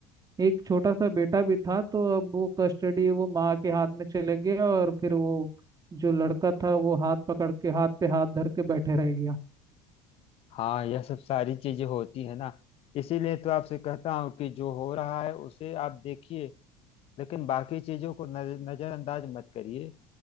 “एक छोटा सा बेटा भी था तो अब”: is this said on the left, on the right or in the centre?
Right